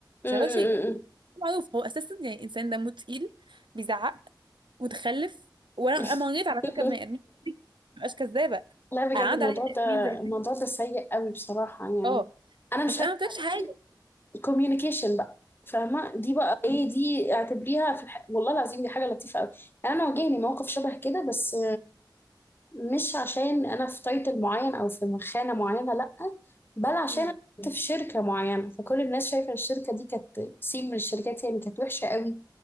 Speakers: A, on the left (about 25°); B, on the right (about 80°).
A: امم
B: مش هيغير شيء معروف هو اساسا يعني انسان دمه تقيل بيزعق متخلف وانا
A: <laughs>
B: انا مريت على فكره بني ادمين كتير، مبقاش كذابه
A: لا بجد
B: انا عندي
A: الموضوع
B: عليا تأثيرين
A: ده
B: زي دي
A: الموضوع ده سيء قوي بصراحه يعني
B: اه
A: انا مش
B: بس انا
A: هكذب
B: ما قلتلكش
A: عليكي
B: حاجه
A: كوميونيكيشن بقى فاهمه دي بقى ايه دي اعتبريها في الح... والله العظيم دي حاجه لطيفه قوي يعني انا واجهني موقف شبه كده بس مش عشان انا في تايتل معين او في مخانه معينه لا بل عشان
B: امم
A: انا كنت في شركه معينه فكل الناس شايفه الشركه دي كانت سين من الشركات يعني كانت وحشه قوي